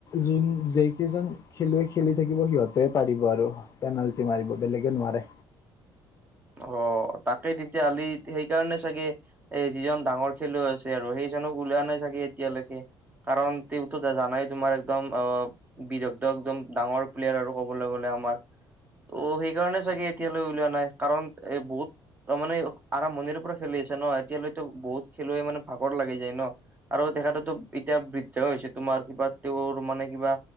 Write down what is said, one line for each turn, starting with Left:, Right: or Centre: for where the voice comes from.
Left: যোন যেইকেইজন খেলুৱৈ খেলি থাকিব সিহঁতেহে পাৰিব আৰু পেনাল্টি মাৰিব বেলেগে নোৱাৰে।
Right: অ', তাকেই তেতিয়া হালি সেইকাৰণে চাগে এ', যিজন ডাঙৰ খেলুৱৈ আছে আৰু সেইজনক ওলোৱা নাই চাগে। এতিয়ালৈকে কাৰণ তেওঁ টো দে জানাই তোমাৰ একদম অ, বিদগ্ধ একদম ডাঙৰ প্লেয়াৰ আৰু ক'বলৈ গ'লে আমাৰ অ', সেইকাৰণে চাগে এতিয়ালৈ উলিওৱা নাই। কাৰণ এ বহুত ত', মানে আৰম্ভণিৰ পৰা খেলি আছে ন। এতিয়ালৈতো বহুত খেলুৱৈ মানে ভাগৰ লাগি যায় ন। আৰু তেখেতেটো এতিয়া বৃদ্ধো হৈছে। তোমাৰ কিবা তেওঁৰ মানে কিবা।